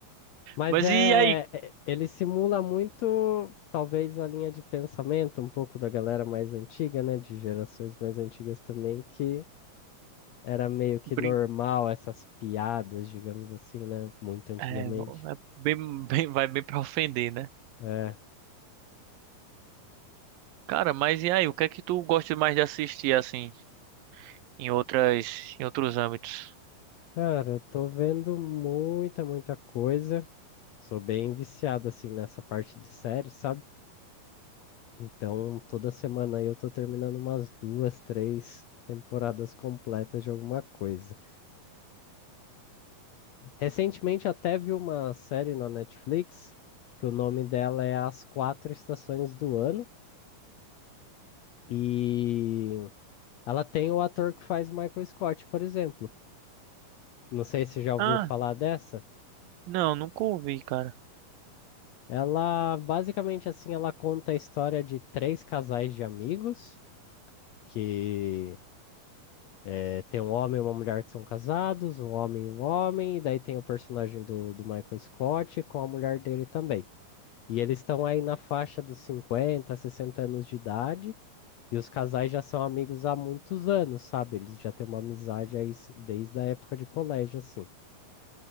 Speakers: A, on the left; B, on the right.
A: mas
B: Mas
A: é,
B: e aí?
A: é- ele simula muito, talvez, a linha de pensamento um pouco da galera mais antiga, né, de gerações mais antigas também, que era meio que
B: Brin...
A: normal essas piadas, digamos assim, né, muito antigamente.
B: É, é bem, bem- vai bem pra ofender, né?
A: É,
B: Cara, mas e aí, o que é que tu gosta mais de assistir assim em outras em outros âmbitos?
A: cara, eu tô vendo muita, muita coisa. Sou bem viciado assim nessa parte de série, sabe? Então, toda semana aí eu tô terminando umas duas, três temporadas completas de alguma coisa. Recentemente até vi uma série na Netflix que o nome dela é As Quatro Estações do Ano e ela tem o ator que faz Michael Scott, por exemplo. Não sei se já ouviu
B: Ah,
A: falar dessa.
B: não, nunca ouvi, cara.
A: Ela basicamente assim, ela conta a história de três casais de amigos que É, Tem um homem e uma mulher que são casados, um homem e um homem, e daí tem o personagem do, do Michael Scott com a mulher dele também. E eles estão aí na faixa dos 50, 60 anos de idade, e os casais já são amigos há muitos anos, sabe? Eles já têm uma amizade aí s- desde a época de colégio, assim.